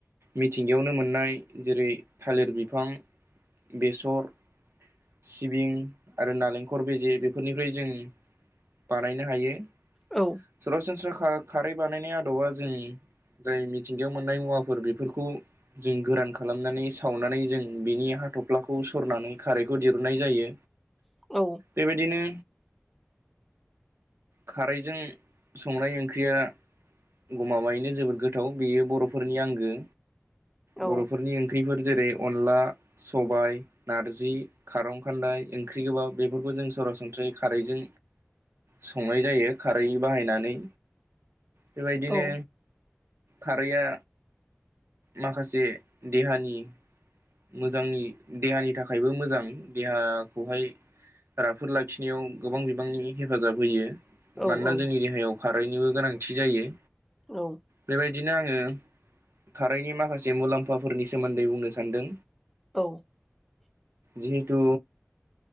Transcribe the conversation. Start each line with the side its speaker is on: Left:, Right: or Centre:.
Right: मिथिंगायावनो मोन मोननाय जेरै थालिर बिफां बेसर सिबिं आरो नारेंखर बेजे बेफोरनिफ्राय जों बानायनो हायो।
Centre: औ।
Right: सरासनस्रा खा खारै बानायनाय आदबा जों जाय मिथिंगायाव मोननाय मुवाफोर बेफोरखौ जों गोरान खालामनानै सावनानै जों बिनि हाथ'फ्लाखौ सरनानै खारैखौ दिरहुननाय जायो
Centre: औ
Right: बेबायदिनो खारैजों संनाय ओंख्रिया गमाबायैनो जोबोद गोथाव बेयो बर'फोरनि आंगो
Centre: औ
Right: बर'फोरनि ओंख्रिफोर जेरै अनला सबाय नारजि खारं खान्दाय ओंख्रि गोबाब बेफोरखौ जों सरासनस्रायै खारैजों। संनाय जायो खारै बाहायनानै बेबायदिनो
Centre: औ
Right: खारैआ माखासे देहानि मोजांनि देहानि थाखायबो मोजां देहाखौहाय राफोद लाखिनायाव गोबां बिबांनि हेफाजाब होयो।
Centre: औ
Right: मानोना
Centre: औ
Right: जोंनि देहायाव खारैनिबो गोनांथि जायो।
Centre: औ।
Right: बेबायदिनो आङो खारैनि माखासे मुलाम्फाफोरनि सोमोन्दै बुंनो सानदों।
Centre: औ
Right: जिहेथु